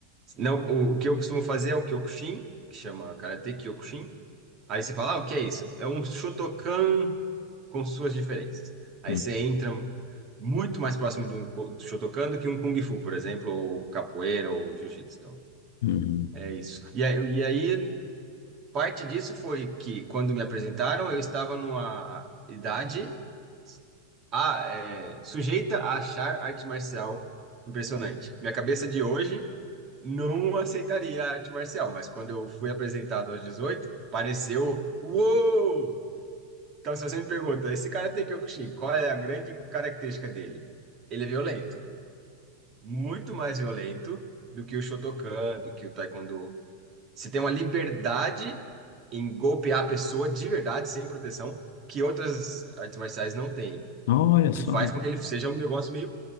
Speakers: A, on the right; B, on the left.
A: não, o, o que eu costumo fazer é o Kyokushin, que chama Karate Kyokushin. Aí você fala, ah, o que é isso? É um Shotokan com suas diferenças. Aí
B: tem.
A: você entra muito mais próximo do Shotokan do que um Kung Fu, por exemplo, ou capoeira, ou Jiu-Jitsu. Então,
B: Uhum.
A: é isso. E aí, e aí Parte disso foi que, quando me apresentaram, eu estava numa idade a- é, sujeita a achar arte marcial impressionante. Minha cabeça de hoje não aceitaria a arte marcial, mas quando eu fui apresentado aos 18 pareceu uou! Então, se você me pergunta, esse cara Karate Kyokushin, qual é a grande característica dele? Ele é violento, muito mais violento do que o Shotokan, do que o Taekwondo. Você tem uma liberdade em golpear a pessoa de verdade, sem proteção, que outras artes marciais não têm.
B: Olha
A: O que
B: só.
A: faz com que ele seja um negócio meio.